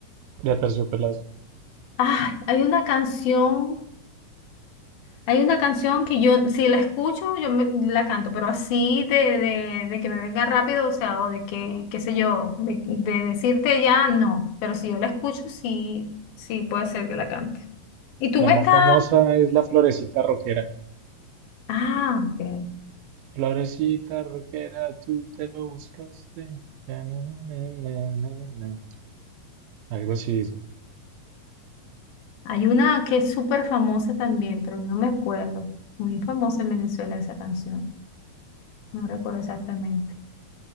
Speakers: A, on the right (about 75°); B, on the left (about 75°).
A: de Aterciopelados?
B: Ah, hay una canción Hay una canción que yo, si la escucho, yo me- la canto, pero así de, de, de que me venga rápido, o sea, o de que, qué sé yo, de, de decirte ya, no. Pero si yo la escucho, sí, sí puede ser que la cante. Y tú
A: La
B: me
A: más
B: estás...
A: famosa es La Florecita Rockera.
B: Ah, ok.
A: Florecita Rockera, tú te lo buscaste. Na, na, na, na, na, na. Algo así dice.
B: Hay una que es súper famosa también, pero no me acuerdo. Muy famosa en Venezuela esa canción. No recuerdo exactamente.